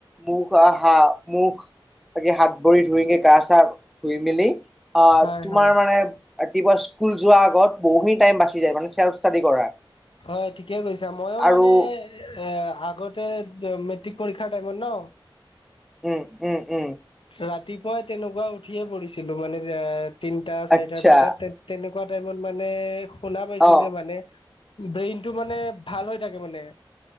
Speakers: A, in the centre; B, on the left.
A: মুখ আহ হা মুখ বাকি হাত ভৰি ধুইগে গা চা ধুই মেলি আহ
B: হয়
A: তোমাৰ
B: হয়
A: মানে ৰাতিপুৱা স্কুল যোৱাৰ আগত বহুখিনি টাইম বাচি য মানে চেল্ফ ষ্টাডি কৰা।
B: হয় ঠিকে কৈছা মইো
A: আৰু
B: মানে এ আগতে মেট্ৰিক পৰীক্ষাৰ টাইমত ন।
A: উম। উম উম
B: ৰাতিপুৱাই তেনেকুৱা উঠিয়ে পঢ়িছিলো মানে যে তিনটা চাৰিটাৰ
A: আচ্ছা
B: পিছত তে তেনেকুৱা টাইমত মানে শুনা পাইছো
A: অ
B: যে মানে ব্ৰেইনতটো মানে ভাল হৈ থাকে মানে।